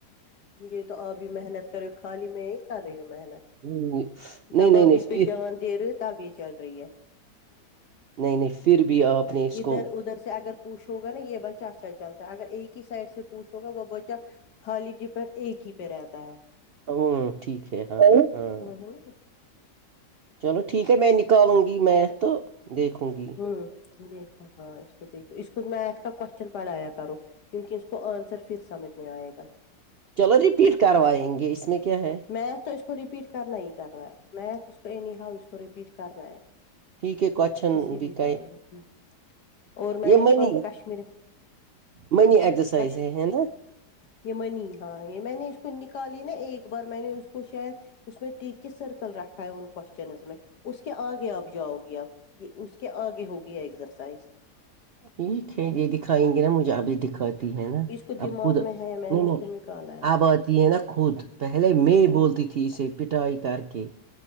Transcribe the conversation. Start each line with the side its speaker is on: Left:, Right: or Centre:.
Left: یہ تو آب بھی محنت کرے ہو خالی میں ہی کر رہی ہوں محنت
Right: نہیں
Left: جب
Right: نہیں
Left: واپس
Right: نہیں
Left: پہ
Right: پھر
Left: دھیان دے رہے ہو تب یہ چل رہی ہے
Right: نہیں نہیں پھر بھی اپ نے اس
Left: ادھر
Right: کو
Left: ادھر سے اگر <unintelligible> یہ بچہ اچھا چلتا ہے اگر ایک ہی سائڈ سے پوچھوگے وہ بچہ خالی <unintelligible> ایک ہی پہ رہتا ہے
Right: ہممم ٹھیک ہے ہاں ہاں
Left: وہی نا
Right: چلو ٹھیک ہے میں نکالوں گی میں تو دیکھوں گی
Left: ھممم دیکھو ہاں اس کو دیکھو اس کو میتھ کا کوشچن پڑھایا کرو کیونکہ اس کو انسر پھر سمجھ میں اے گا
Right: چلو ریپیٹ کروائیں گے اس میں کیا ہے
Left: میتھ تو اس کو ریپیٹ کرنا ہی کرنا ہے میتھ اس کو نہیں ایی اس کو رپیٹ کرنا ہے
Right: ٹھیک ہے کویشن
Left: کسی بھی
Right: دیکھئے
Left: حال میں اور میں
Right: یہ
Left: نے اس
Right: ملی
Left: کو کشمیر
Right: میںنی ایکسرسائز
Left: کش
Right: ہے ہے نا
Left: یہ منی ہاں یہ میں نے اس کو نکالی نا ایک بار میں نے اس کو شاید اس میں کس سرکل رکھا ہے ان کوشچن میں اس کے اگے اپ جاؤ گے اپ یہ اس کے اگے ہوگیا ایکسرسائز
Right: یہی تھیہ یہ دکھائیں گے نا مجے ابھی دیکھا دیکھتی ہیں نہ
Left: اس کو دماغ
Right: اب خود
Left: میں ہے میں
Right: نو
Left: نے اس
Right: نو
Left: کو نکالا ہے
Right: اب آتی ہے نا خود پہلے میں بولتی تھی اسے پٹائی کر کے